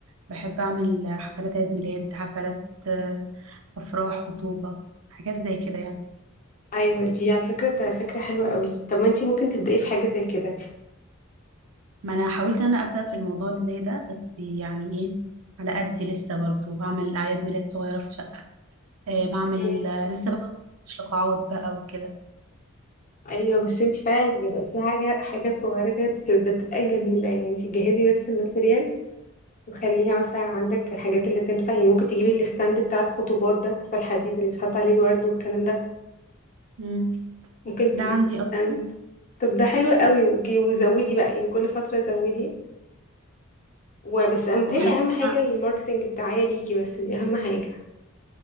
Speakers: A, on the right (about 70°); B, on the left (about 40°).
A: بحب اعمل حفلات عيد ميلاد حفلات آه افراح خطوبه حاجات زي كده يعني
B: ايوه دي على فكره ده فكره حلوه قوي طب ما انت ممكن تبداي في حاجه زي كده
A: ما انا حاولت ان انا ابدا في الموضوع اللي زي ده بس يعني ايه على قدي لسه برضه بعمل اعياد ميلاد صغيره في شقه آه بعمل
B: مم.
A: آه، لسه بقى مش لقاعات بقى وكده
B: ايوه بس انت بقى لما يبقى في حاجه حاجه صغيره كده بت- ده بتبقى جميله يعني انت جهزي بس الماتريال وخليها مثلا عندك الحاجات اللي تنفع يعني ممكن تجيبي الستاند بتاع الخطوبات ده عارفه الحديد اللي بيتحط عليه الورد والكلام ده
A: مم.
B: ممكن تجيبي
A: ده عندي اصلا
B: ستاند طب ده حلو قوي وجي- وزودي بقى يعني كل فتره زودي وبس امتلي
A: وبحب
B: اهم
A: ان
B: حاجه
A: انا
B: الماركتنج الدعايه ليكي بس دي اهم حاجه